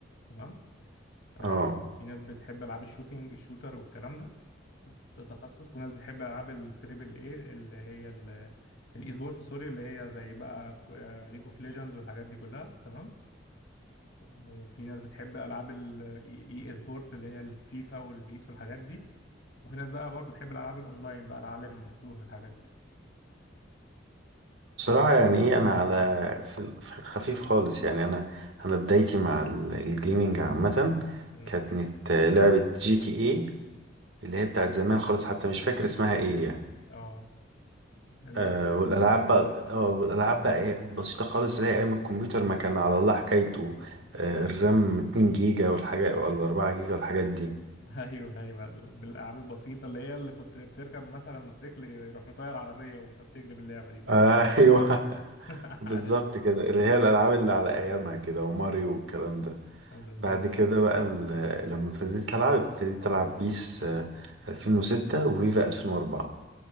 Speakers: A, on the left (about 65°); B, on the right (about 85°).
A: تمام آه،
B: اه
A: في ناس بتحب العاب الشوتينج الشوتر والكلام ده ده تخصص وناس بتحب العاب التريبل اي اللي هي ال- الاي سبورت سوري اللي هي زي بقى ليج اوف ليجند والحاجات دي كلها تمام وفي ناس بتحب العاب الاي سبورت اللي هي الفيفا والبيس والحاجات دي وفي ناس بقى برضو بتحب الالعاب الاونلاين بقى العالم المفتوح والحاجات دي
B: بصراحة يعني ايه انا على في ال- في الخفيف خالص يعني انا انا بدايتي مع ال- الجيمنج عامة
A: امم
B: كانت لعبة جي تي ايه اللي هي بتاعت زمان خالص حتى مش فاكر اسمها ايه يعني
A: اه اللي
B: آه
A: هي
B: والالعاب بقى اه والالعاب بقى ايه بسيطة خالص اللي هي ايام الكمبيوتر ما كان على الله حكايته آه الرام 2 جيجا والحاجة ولا 4 جيجا والحاجات دي
A: <laughs> ايوه ايوه بالالعاب البسيطه اللي هي اللي كنت بتركب مثلا موتوسيكل يروح مطير عربيه وانت بتجري باللعبه دي صح
B: آه <laughs> ايوه
A: <laughs>
B: بالظبط
A: عارف
B: كده اللي هي الالعاب اللي على ايامها كده وماريو والكلام ده
A: آه، بالظبط
B: بعد كده بقى ال- لما ابتديت ألعب ابتديت ألعب بيس آه، 2006 وفيفا 2004